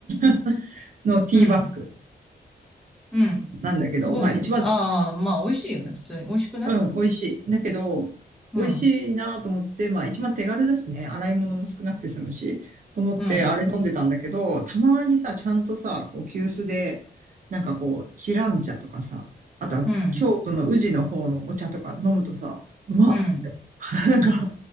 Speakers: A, on the right; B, in the centre.
A: <laughs> のティーバッグ
B: うん、うん。
A: なんだけど、
B: 多いよ。
A: まあ一番、
B: ああ、まあ美味しいよね。普通に。美味しくない
A: うん、美味しい。だけど、
B: うん、
A: 美味しいなと思って、まあ一番手軽だしね、洗い物も少なくて済むし、と思ってあれ飲んでたんだけど、
B: うん、
A: たまにさ、ちゃんとさ、こう、急須で、なんかこう、チラン茶とかさ、あとは京都の宇治の方のお茶とか飲むとさ、
B: うん、
A: うまっ
B: うん。
A: <laughs> なんか